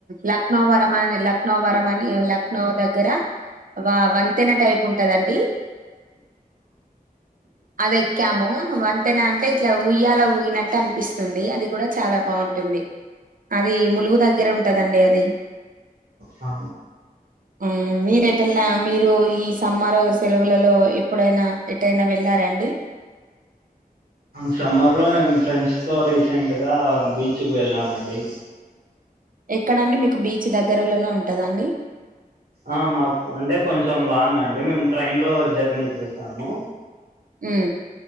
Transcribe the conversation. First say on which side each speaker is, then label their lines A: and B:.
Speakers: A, on the right (about 60°); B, on the right (about 85°).
A: లక్నో వరంని లక్నో వరంన్ లక్నో దగ్గర వా వంతెన టైప్ ఉంటదండి అదైక్కము వంతెనా అంతె ఇ ఇట్ల ఊయ్యాల ఊగినట్టు అనిపిస్తుంది అది కూడా చాలా బాగుంటుంది అది ములుగు దగ్గర ఉంటదండి అది
B: అ ఆ
A: ఊ మెరెట్టల్ల మీరు ఈ సమ్మరు సెలవులలో ఎప్పుడైనా ఎట్టైనా వెళ్ళారండి
B: సమ్మర్ లోే ఫ్రెండ్స్ తో రీసెంట్ గా బీచ్ కు వెళ్ళామండి
A: ఎక్కడండి మీకు బీచ్ దగ్గరలోనే ఉంటదండి
B: ఆ మాకు అంటే కొంచెం లాంగ్ అండి మేము ట్రైన్ లో జర్నీ చేసాము
A: ఉ